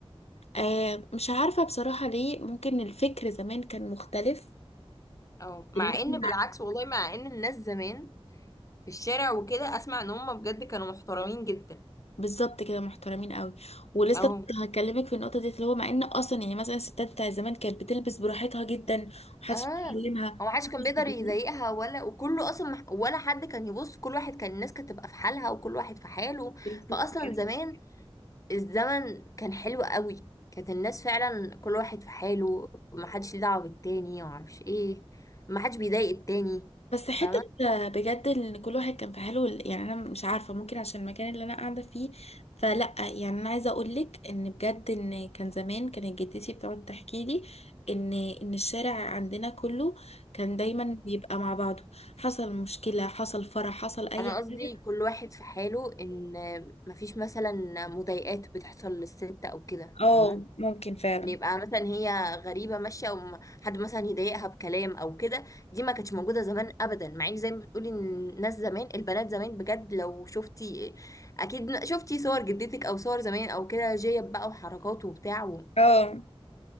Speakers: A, on the left; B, on the left.
A: آه مش عارفة بصراحة ليه ممكن الفكر زمان كان مختلف
B: اه
A: دلوقتي
B: مع ان بالعكس والله مع ان الناس زمان في الشارع وكده اسمع ان هم بجد كانوا محترمين جدا
A: بالظبط كده محترمين قوي ولسه
B: اهو
A: كنت هكلمك في النقطه دي اللي هو مع ان اصلا يعني مثلا الستات بتاع زمان كانت بتلبس براحتها جدا ومحدش
B: اه
A: بيكلمها
B: هو محدش
A: محدش
B: كان بيقدر
A: بيضايقها.
B: يضايقها ولا وكله اصلا مح- ولا حد كان يبص كل واحد كان الناس كانت تبقى في حالها وكل واحد في حاله
A: بالظبط
B: فاصلا
A: كده.
B: زمان الزمن كان حلو قوي كانت الناس فعلا كل واحد في حاله محدش ليه دعوة بالتاني ومعرفش ايه محدش بيضايق التاني
A: بس حته
B: فاهمة
A: بجد ان كل واحد كان في حاله يعني انا مش عارفه ممكن عشان المكان اللي انا قاعده فيه فلا يعني انا عايزه اقول لك ان بجد ان كان زمان كانت جدتي بتقعد تحكي لي ان ان الشارع عندنا كله كان دايما بيبقى مع بعضه حصل مشكله حصل فرح حصل اي
B: انا
A: حاجه
B: قصدي كل واحد في حاله ان مفيش مثلا مضايقات بتحصل للست او كده
A: اه
B: فاهمه
A: ممكن فعلا
B: ان يبقى مثلا هي غريبه ماشيه او م- حد مثلا يضايقها بكلام او كده دي ما كانتش موجوده زمان ابدا مع ان زي ما بتقولي إن الناس زمان البنات زمان بجد لو شفتي اكيد شفتي صور جدتك او صور زمان او كده جيب بقى وحركات وبتاع و...
A: اه